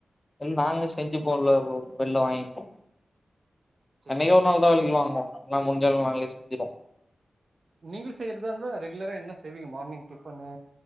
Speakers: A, on the left; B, on the right.
A: இல்ல நாங்களே செஞ்சுப்போ ல ப்ரோ வெளில வாங்கிப்போ
B: செரி
A: என்னைக்கோ
B: செரி
A: ஒரு நாள் தா வெலக்கி வாங்குவோ ஆனா முடிஞ்சவர நாங்களே செஞ்சிருவோ
B: நீங்களு செய்யறதா இருந்தா ரெகுலரா என்ன செய்வீங்க மார்னிங் டிபனு